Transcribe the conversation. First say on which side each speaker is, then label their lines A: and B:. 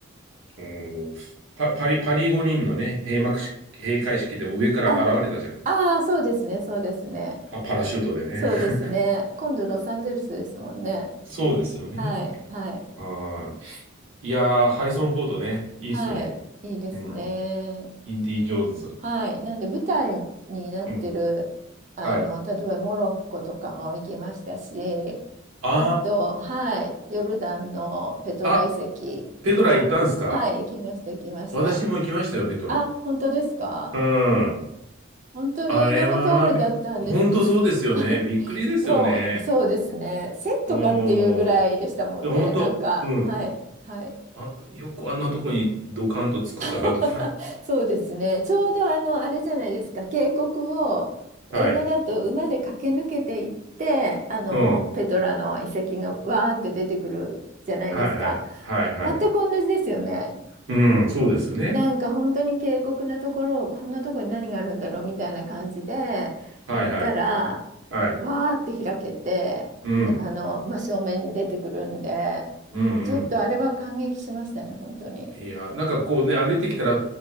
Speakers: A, on the right (about 75°); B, on the right (about 40°).
A: うんパ、パリ、パリ五輪のね、閉幕式、閉会式でも上から現れたじゃない。
B: あ、ああ、そうですね、そうですね。
A: パ、パラシュートでね。
B: そうですね。
A: <laughs>
B: 今度ロサンゼルスですもんね。
A: そうですよね。
B: はい、はい、
A: はい。いやー、ハリソン・フォードね、いいっすよね。
B: はい。いいですね。
A: うん。インディ・ジョーンズ。
B: はい。なんで舞台になってる、
A: うん。
B: あの、
A: はい。
B: 例えばモロッコとかも行きましたし、
A: あ
B: あと、はい、ヨルダンのペトラ遺跡も、
A: ー、あ、ペトラ行ったんすか
B: はい、行きました、行きました。
A: 私も行きましたよ、ペトラ。
B: あ、本当ですか
A: うん。
B: 本当に映画の通りだったんですが、
A: あれは、びほんとそうですよね。
B: す <laughs>
A: びっくりですよね。
B: もうそうですね、セットかっていうぐらいでしたもんね、
A: うん。いや、ほんと、
B: なんか、
A: うん。
B: はい、はい。
A: あ、よくあんなとこにドカンと作ったなと思う。
B: <laughs> そうですね。ちょうどあの、あれじゃないですか、渓谷を映画だと馬で駆け抜けていって、
A: はい。
B: あの、
A: うん。
B: ペトラの遺跡がわーって出てくるじゃないですか。
A: はいはい。はいはい。
B: 全く同じですよね。
A: うん、そうですね。
B: なんか本当に渓谷なところを、こんなとこに何があるんだろうみたいな感じで行ったら、
A: はいはい。はい。
B: わーって開けて、
A: うん。
B: あの、真正面に出てくるんで、
A: うんうん。
B: もうちょっとあれは感激しましたね、本当に。
A: いや、なんかこうね、歩いてきたら